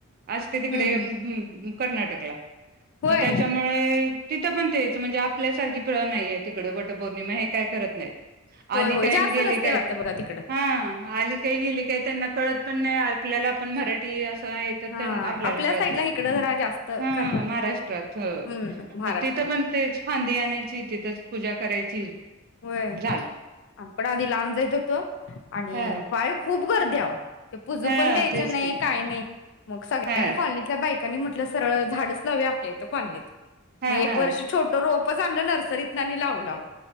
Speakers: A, on the right; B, on the left.
A: असते तिकडे
B: हम्म हम्म
A: अ म्ब कर्नाटकला.
B: होय
A: मग त्याच्यामुळे तिथं पण तेच म्हणजे आपल्यासारखी प नाहीे तिकडे, वटपौर्णिमा हे काय करत नाहीत. आली
B: होय
A: काय
B: होय जास्त
A: न् गेली
B: नसते
A: काय.
B: वाटतं बघा तिकडं
A: हां आली केली काय त्यांना कळत पण नाही, आपल्याला पण मराठी आस कायेय तर,
B: हा
A: आपल्याला
B: आपल्या
A: कळतयं.
B: साईडला इकडं जरा जास्त
A: हं,
B: करतात
A: महाराष्ट्रात. हो,
B: हम्म महाराष्ट्रात
A: तिथं पण तेच फांदी आणायची तिथंच पूजा करायची
B: व्हय.
A: झाल
B: आपण आधी लांब जाइत हुतो. आणि
A: ह
B: काय ख खूप गर्दी आवो. ते पुजू
A: हा
B: पण द्यायच्या
A: तेच
B: नाही,
A: की
B: काय नाही. मग सगळ्यांनी
A: हा
B: कॉलनीतल्या बायकांनी म्हटलं सरळ झाडचं लावूया आपल्या इथं. इथं कॉलनीत.
A: हा
B: मग एक
A: हा
B: वर्ष छोटं रोप पच आणलं नर्स सरितनं आणि लावलं आवो.